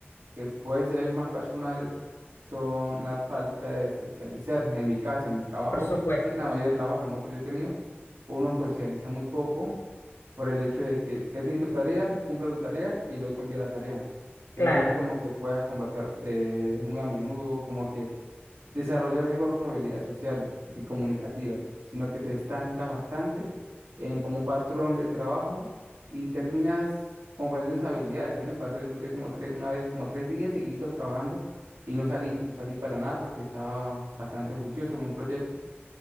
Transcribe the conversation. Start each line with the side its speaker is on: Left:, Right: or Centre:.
Right: que pueden ser más personales son la falta de socializar. En mi caso, en mi trabajo,
Left: por supuesto,
Right: sí, la mayoría de trabajo remoto yo he tenido, uno socializa muy poco por el hecho de que ya tienes tu tarea, cumple tu tarea y luego envía la tarea.
Left: claro,
Right: Pero no es como que puedas conversar eh, muy a menudo, como que desarrollar mejor tus habilidades sociales y comunicativas, sino que te estancas bastante en como un patrón de trabajo y terminas confundiendo esas habilidades. A mí me pasó, yo duré como tres, una vez, como tres días seguidos trabajando y no salí, no salí para nada porque estaba bastante juicioso con un proyecto.